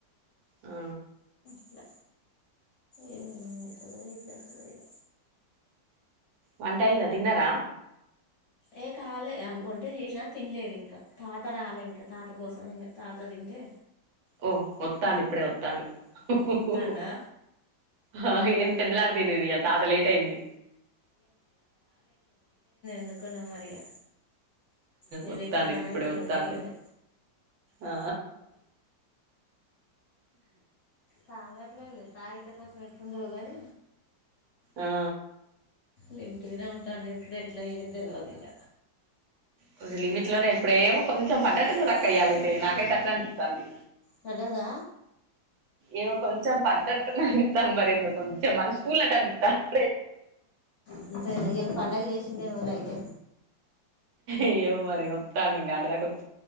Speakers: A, on the right; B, on the left.
A: ఆ
B: ఇట్ల ఏదేమైతదో ఏమో ఎట్లైతదొ ఇగ
A: వంట అయింద తిన్నార
B: ఏ కాలే వంట చేసినా తిన్లేదు ఇంకా త తాత రాలే ఇంక తాత కోసం ఇగ తాత దింటే
A: ఓ ఒత్తాండు ఇప్పుడె ఒత్తాండు హొ
B: వత్తాండా
A: ఒ హొ ఎం తిన్న దాకా తిన్లేదు ఇయ్యాల తాత లేట్ అయింది
B: అందుక నో మరి ఇగ ఇయాళ
A: వత్తాండు
B: ఎప్పుడు
A: ఇప్పుడే
B: అనంగనో
A: వత్తాండులే
B: పోయిండు
A: ఆ
B: తాగట్లే లే తాగితే కొంచమెట్లుంటదో గానీ
A: ఆ
B: లిమిట్గానే ఉంటాండు ఎప్పుడు ఎట్లయ్యేది తెల్వదు ఇంగ
A: కొది లిమిట్ లోనే ప్రేమ కొంచం పడ్డట్టుంద కయ్యాలయితే నాకైతే అట్లనే అనిపిత్తాంది
B: పడ్డదా
A: ఏమో కొంచెం పడ్డట్టున్నది అనిపింతాంది మరి ఏందో కొంచెం మనిషి తూలినట్టు అనిపిత్తంది
B: మంత ఎలా పండగ జేసింది వల అతే
A: ఏవో మరి వత్తాండు ఇగ ఆడ దాకా ఒత్